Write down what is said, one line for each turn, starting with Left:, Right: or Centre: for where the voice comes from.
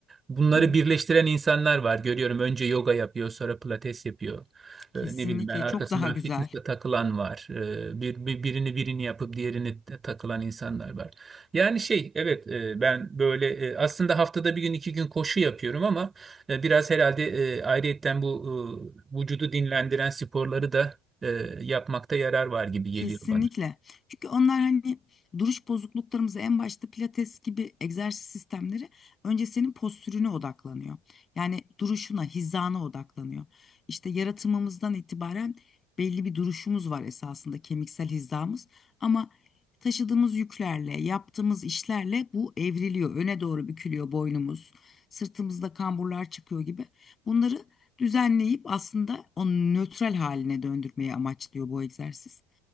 Right: Bunları
Left: hı hı.
Right: birleştiren insanlar var. Görüyorum önce yoga yapıyor, sonra pilates yapıyor.
Left: Kesinlikle
Right: E, ne bileyim ben arkasından
Left: çok daha güzel.
Right: fitness'e takılan var. E, bir, bir- birini birini yapıp diğerini de takılan insanlar var. Yani şey evet e, ben böyle e, aslında haftada bir gün iki gün koşu yapıyorum ama e, biraz herhalde e, ayrıyetten bu e, vücudu dinlendiren sporları da e, yapmakta yarar var gibi geliyor
Left: Kesinlikle.
Right: bana.
Left: Çünkü onlar hani duruş bozukluklarımızı en başta pilates gibi egzersiz sistemleri önce senin postürüne odaklanıyor. Yani duruşuna, hizana odaklanıyor. İşte yaratımımızdan itibaren belli bir duruşumuz var esasında kemiksel hizamız ama taşıdığımız yüklerle, yaptığımız işlerle bu evriliyor. Öne doğru bükülüyor boynumuz. Sırtımızda kamburlar çıkıyor gibi. Bunları düzenleyip aslında onu nötral haline döndürmeyi amaçlıyor bu egzersiz.